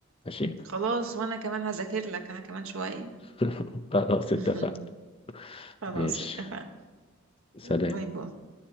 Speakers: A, on the left; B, on the right.
A: ماشي
B: خلاص وانا كمان هذاكر لك انا كمان شويه
A: <laughs> خلاص اتفقنا
B: <laughs> خلاص
A: ماشي
B: اتفقنا
A: سلام
B: باي باي